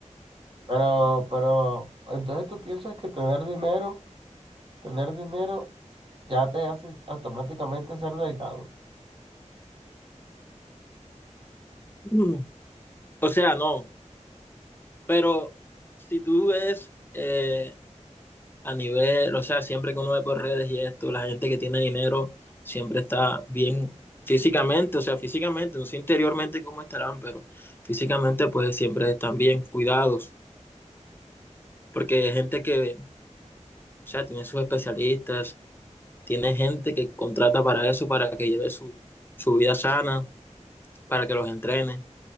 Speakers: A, on the right; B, on the left.
A: Pero, pero, entonces tú piensas que tener dinero, tener dinero ya te hace automáticamente ser delgado.
B: Mm, O sea, no, pero si tú ves, eh, a nivel, o sea, siempre que uno ve por redes y esto, la gente que tiene dinero siempre está bien físicamente, o sea, físicamente, no sé interiormente cómo estarán, pero físicamente pues siempre están bien cuidados, porque hay gente que, o sea, tiene sus especialistas, tiene gente que contrata para eso, para que lleve su, su vida sana, para que los entrene,